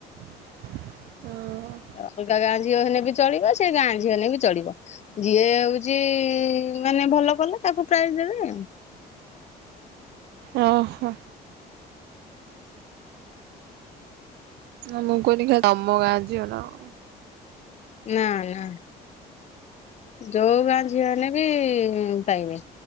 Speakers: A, on the right; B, on the left.
A: ହଁ।
B: ଅଲଗା ଗାଁ ଝିଅ ହେଲେ ବି ଚଳିବ ସେ ଗାଁ ଝି ହେଲେ ବି ଚଳିବ। ଯିଏ ହଉଛି ମାନେ ଭଲ କଲେ ତାକୁ ପ୍ରାଇଜ ଦେବେ ଆଉ
A: ଓହୋ। ହଁ ମୁଁ କହଲି ଖାଲି ତମ ଗାଁ ଝିଅ ନା କଣ।
B: ନାଇ ନାଇ ଯୋଉ ଗାଁ ଝିଅ ହେଲେ ବି ପାଇବେ।